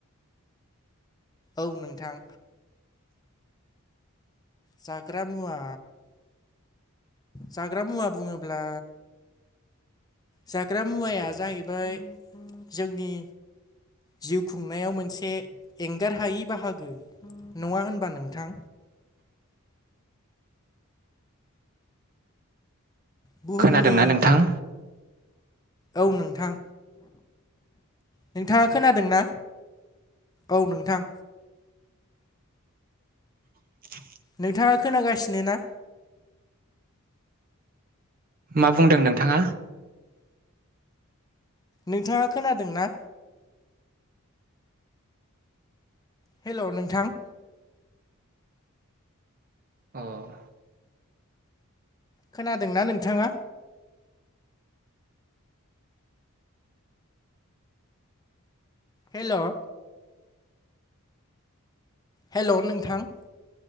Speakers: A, on the left; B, on the right.
A: औ नोंथां। जाग्रा मुवा जाग्रा मुवा बुङोब्ला जाग्रा मुवाया जाहैबाय जोंनि जिउ खुंनायाव मोनसे एंगार हायि बाहागो नङा होनबा नोंथां
B: <inaudible>
A: बुहुमनि
B: खोनादोंना नोंथां
A: औ नोंथां नोंथाङा खोनादोंना औ नोंथां
B: <inaudible>
A: नोंथाङा खोनागासिनो ना
B: मा बुंदों नोंथाङा
A: नोंथाङा खोनादोंना? हेल' नोंथां।
B: औ
A: खोनादोंना नोंथाङा। हेलौ हेल' नोंथां।